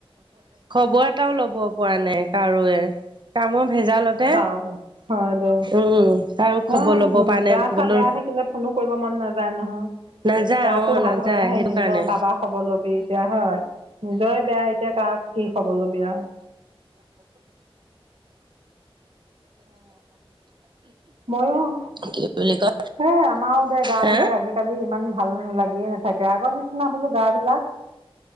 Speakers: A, on the right; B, on the right.
A: খবৰ এটাও লব পৰা নাই কাৰোৱে। কামৰ ভেজালতে
B: চাও হয় দে।
A: উম কাৰো
B: হ
A: খবৰ লব পৰা নাই
B: গা চা
A: বোলো
B: বেয়া থাকিলে ফোনো কৰিব মন নাযায় নহয়।
A: নাযায়
B: গাটো
A: অ
B: ভাল
A: নাযায়
B: হলেহে
A: সেইটো
B: নিজৰ
A: কাৰণে
B: কাৰোবাক খ ব লবি এতিয়া। হয়? নিজৰে বেয়া এতিয়া কাক কি খব লবি আও। ময়ো
A: কি বুলি কয়
B: হে আমাৰো দে গা
A: হা
B: বিলাক আজিকালি ইমান ভাল লাগিয়ে নাথাকে। আগৰ নিচিনা বোলো গা বিলাক